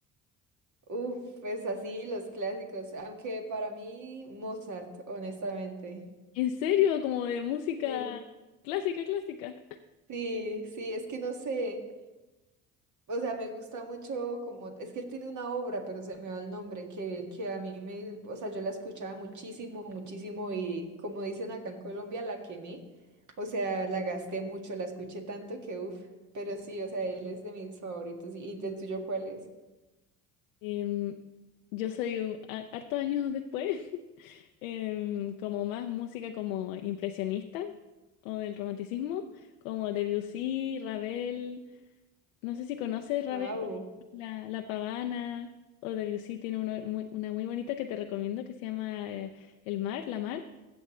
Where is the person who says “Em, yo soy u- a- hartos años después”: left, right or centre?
Left